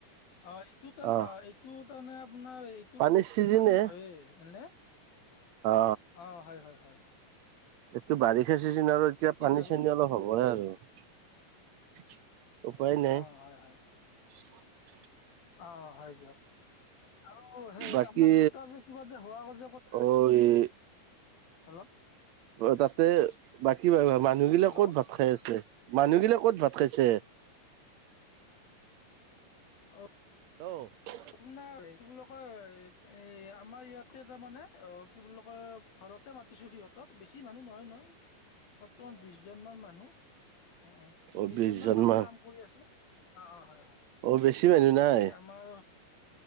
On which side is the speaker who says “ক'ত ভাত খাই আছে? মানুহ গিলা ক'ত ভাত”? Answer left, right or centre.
Right